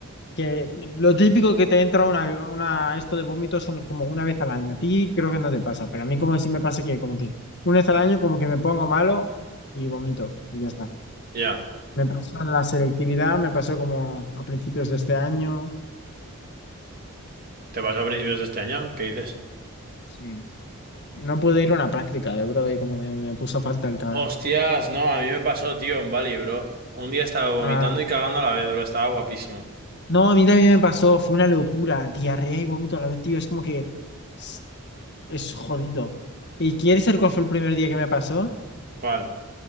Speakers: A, on the left (about 50°); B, on the right (about 45°).
A: que lo típico que te entra una, una, esto de vómitos son como una vez al año. A ti creo que no te pasa, pero a mí como que sí me pasa que como que una vez al año como que me pongo malo y vomito y ya está.
B: Ya.
A: Me pasó en la selectividad, me pasó como a principios de este año.
B: ¿Te pasó a principios de este año? ¿Qué dices?
A: Sí. No pude ir a una práctica de Brody, como que me puso falta el cabrón.
B: Hostias, no, a mí me pasó, tío, en Bali, bro. Un día estaba vomitando
A: Ah,
B: y cagando a la vez, bro. Estaba guapísimo.
A: no, a mí también me pasó, fue una locura, diarrea y vómito a la vez, tío, es como que es es jodido. ¿Y quieres saber cuál fue el primer día que me pasó?
B: ¿Cuál?